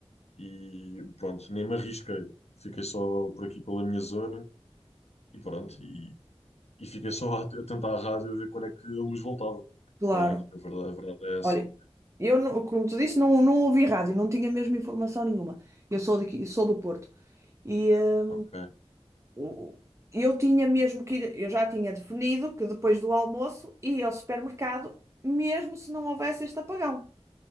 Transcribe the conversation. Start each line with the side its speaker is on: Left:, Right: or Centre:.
Left: E pronto, nem me arrisquei. Fiquei só por aqui pela minha zona e pronto. E, e fiquei só <laughs> a, a tentar a rádio a ver quando é que a luz voltava.
Right: Claro.
Left: Não é? Na verdade, a verdade é essa.
Right: Olha, eu, não- como tu disse, não, não ouvi rádio, não tinha mesmo informação nenhuma. Eu sou daqui, sou do Porto. e eh,
Left: Ok,
Right: O- Eu tinha mesmo que ir, eu já tinha definido que depois do almoço ia ao supermercado, mesmo se não houvesse este apagão.